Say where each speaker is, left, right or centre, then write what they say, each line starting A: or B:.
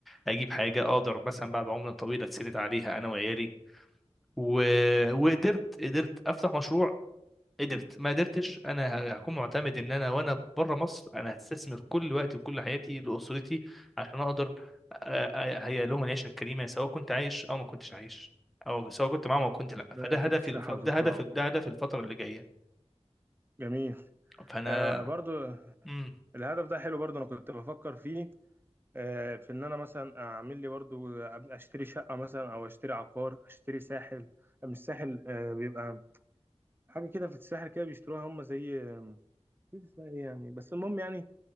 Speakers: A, in the centre; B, on the right.
A: اجيب حاجه اقدر مثلا بعد عمر طويل اتسند عليها انا وعيالي و... وقدرت قدرت افتح مشروع قدرت ما قدرتش انا هكون معتمد ان انا وانا بره مصر انا هستثمر كل وقتي وكل حياتي لاسرتي عشان اقدر اهيئ لهم العيشه الكريمه سواء كنت عايش او ما كنتش عايش او سواء كنت معاهم او كنت لا
B: ربنا
A: فده
B: يديك
A: هدفي
B: الصحة
A: الف... ده
B: وطول
A: هدف
B: العمر
A: ده هدف الفتره اللي جايه
B: جميل
A: فانا
B: آه برضو
A: امم
B: الهدف ده حلو برضو أنا كنت بفكر فيه آه، في ان انا مثلا اعمل لي برضو أب- اشتري شقه مثلا او اشتري عقار اشتري ساحل آه، مش ساحل آه، بيبقى حاجه كده في الساحل كده بيشتروها هم زي آه، نسيت اسمها ايه يعني بس المهم يعني